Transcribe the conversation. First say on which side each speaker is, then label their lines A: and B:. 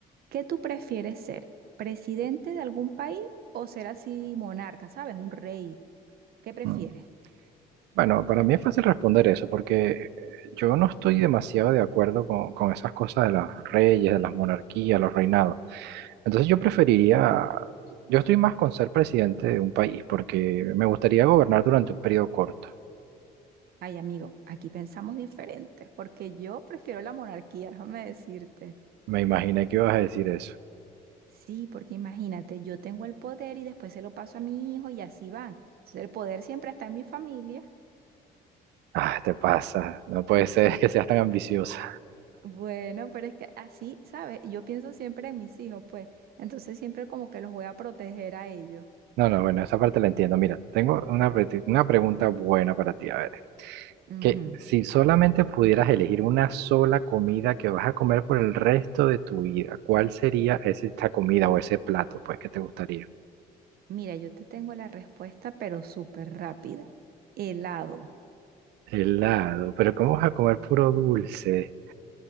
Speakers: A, on the right (about 65°); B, on the right (about 85°).
A: qué tú prefieres ser? ¿Presidente de algún país o ser así monarca, sabes? Un rey. ¿Qué prefieres?
B: mm, bueno, para mí es fácil responder eso, porque eh, yo no estoy demasiado de acuerdo con, con esas cosas de los reyes, de las monarquías, los reinados. Entonces yo preferiría, yo estoy más con ser presidente de un país porque me gustaría gobernar durante un periodo corto.
A: Ay, amigo, aquí pensamos diferentes, porque yo prefiero la monarquía, déjame decirte.
B: Me imaginé que ibas a decir eso.
A: Sí, porque imagínate, yo tengo el poder y después se lo paso a mi hijo y así van. Entonces el poder siempre está en mi familia.
B: Ah, te pasa, no puede ser que seas tan ambiciosa.
A: Bueno, pero es que así, ¿sabes? Yo pienso siempre en mis hijos, pues. Entonces siempre como que los voy a proteger a ellos.
B: No, no, bueno, esa parte la entiendo. Mira, tengo una, pre- una pregunta buena para ti. A ver,
A: Ujú.
B: que si solamente pudieras elegir una sola comida que vas a comer por el resto de tu vida, ¿cuál sería ese- esta comida o ese plato, pues, que te gustaría?
A: Mira, yo te tengo la respuesta, pero súper rápida. Helado.
B: Helado, pero ¿cómo vas a comer puro dulce?